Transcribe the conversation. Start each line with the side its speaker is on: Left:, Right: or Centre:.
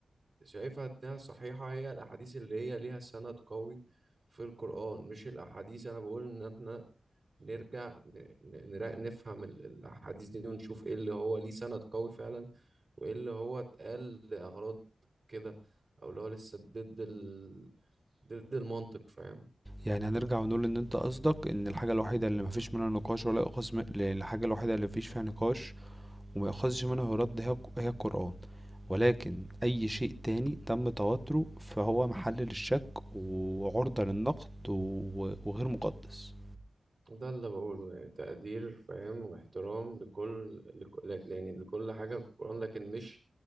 Right: شايفها انها صحيحة هي الاحاديث اللي هي ليها سند قوي في القرآن مش الاحاديث انا بقول ان احنا نرجع ن- ن- نرا- نفهم ال- الاحاديث دي ونشوف ايه اللي هو ليه سند قوي فعلا وايه اللي هو اتقال لاغراض كده او اللي هو لسه ضد ال... ضد المنطق فاهم
Centre: يعني هنرجع ونقول ان انت قصدك ان الحاجة الوحيدة اللي مفيش منها نقاش ولا يؤخذ من... الحاجة الوحيدة اللي مفيش فيها نقاش وما يؤخذش منها رد هي هي القرآن ولكن اي شيء تاني تم تواتره فهو محل للشك وعرضة للنقد و... وغير مقدس
Right: ده اللي بقوله يعني تقدير فاهم واحترام لكل لك... لك- يعني لكل حاجة في القرآن لكن مش